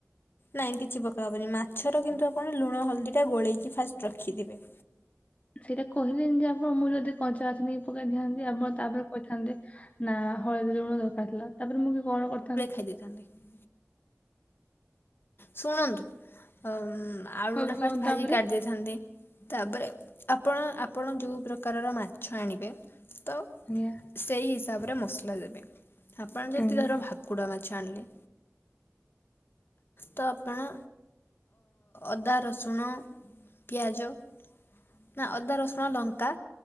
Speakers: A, on the left; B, on the left.
A: ନାଇଁ କିଛି ପକା ହବନି ମାଛର କିନ୍ତୁ ଆପଣ ଲୁଣ ହଳଦୀ ଟା ଗୋଳେଇକି ଫାଷ୍ଟ ରଖିଥିବେ।
B: ସେଇଟା କହିଲେନ ଯେ ଆପଣ ମୁଁ ଯଦି କଞ୍ଚା <unintelligible> ପକେଇଥାିଆନ୍ତି ଆପଣ ତାପରେ କହିଥାନ୍ତେ। ନା ହଳଦୀ ଲୁଣ ଦରକାର ଥିଲା ତାପରେ ମୁଁ କି କଣ କରିଥାନ୍ତି।
A: ଖାଇଦଥାନ୍ତି। ଶୁଣନ୍ତୁ ଆଳୁ
B: ହଉ
A: ଟା
B: କୁହନ୍ତୁ
A: ଫାଷ୍ଟ ଭାଜି
B: ତାପରେ
A: କାଢିଦେଇ ଥାନ୍ତେ ତାପରେ ଆପଣ ଆପଣ ଯେଉଁ ପ୍ରକାରର ମାଛ ଆଣିବେ ତ
B: ଆଜ୍ଞା।
A: ସେଇ ହିସାବରେ ମସଲା ଦେବେ। ଆପଣ ଯଦି
B: ଆଜ୍ଞା
A: ଧର ଭାକୁଡ଼ା ମାଛ ଆଣିଲେ। ତ ଆପଣ ଅଦା ରସୁଣ ପିଆଜ ନା ଅଦା ରସୁଣ ଲଙ୍କା